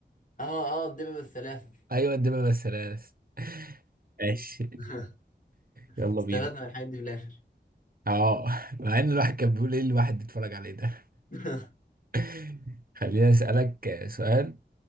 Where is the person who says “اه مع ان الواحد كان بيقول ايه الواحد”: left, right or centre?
Right